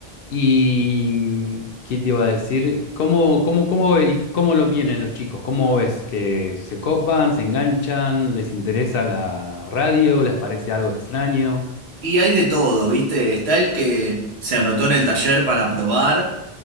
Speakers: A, on the left (about 70°); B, on the right (about 90°).
A: ¿Y qué te iba a decir? ¿Cómo, cómo, cómo ve- y cómo lo vienen los chicos? ¿Cómo ves? ¿Que se copan, se enganchan, les interesa la radio, les parece algo extraño?
B: Y hay de todo, ¿viste? Está el que se anotó en el taller para probar